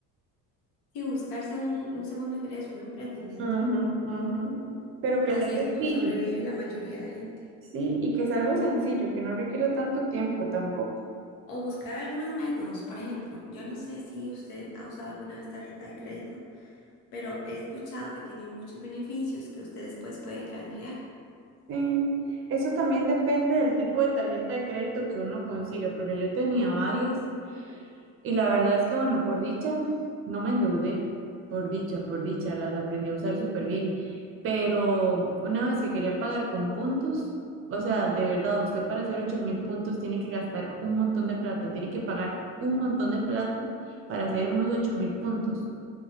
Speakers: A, on the left; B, on the right.
A: Y buscarse un, un segundo ingreso, un emprendimiento.
B: Ujú, ujú. Pero que
A: Así
B: sea sencillo.
A: es como sobrevive la mayoría de la gente.
B: Sí, y que es algo sencillo, que no requiera tanto tiempo tampoco.
A: O buscar algunos métodos. Por ejemplo, yo no sé si usted ha usado alguna vez tarjeta de crédito, pero he escuchado que tienen muchos beneficios que usted después puede canjear.
B: Sí, eso también depende del tipo de tarjeta de crédito que uno consiga, porque yo tenía varias Y la verdad es que, bueno, por dicha, no me endeudé, por dicha, por dicha, las aprendí a usar súper bien, pero una vez que quería pagar con puntos, o sea, de verdad, usted para hacer ocho mil puntos tiene que gastar un montón de plata, tiene que pagar un montón de plata para hacer unos ocho mil puntos.